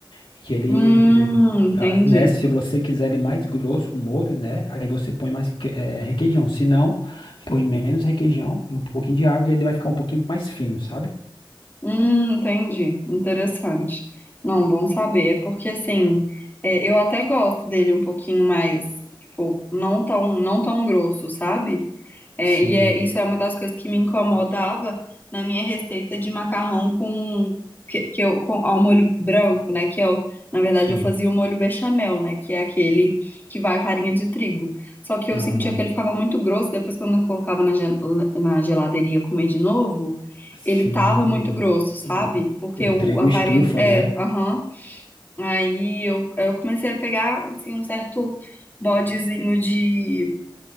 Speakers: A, on the left; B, on the left.
A: que ele,
B: Hum, entendi.
A: eh, ah, né? Se você quiser ele mais grosso, o molho, né? Aí você põe mais que- eh, requeijão. Se não, põe menos requeijão e um pouquinho de água e ele vai ficar um pouquinho mais fino, sabe?
B: Hum, entendi. Interessante. Não, bom saber. É porque assim, é, eu até gosto dele um pouquinho mais, tipo, não tão, não tão grosso, sabe? É,
A: Sim,
B: e é, isso é uma das coisas que me incomodava na minha receita de macarrão com que, que eu com ao molho branco, né? Que eu, na verdade,
A: sim.
B: eu fazia o molho bechamel, né? Que é aquele que vai farinha de trigo. Só que eu
A: Ah,
B: sentia que ele ficava muito grosso. Depois, quando eu colocava na, gel- na geladeira e ia comer de novo
A: sim.
B: ele tava muito grosso, sabe?
A: O,
B: Porque
A: o
B: o,
A: trigo
B: a farinha.
A: estufa,
B: É,
A: né?
B: aham. Aí eu, eu comecei a pegar, assim, um certo bodezinho de,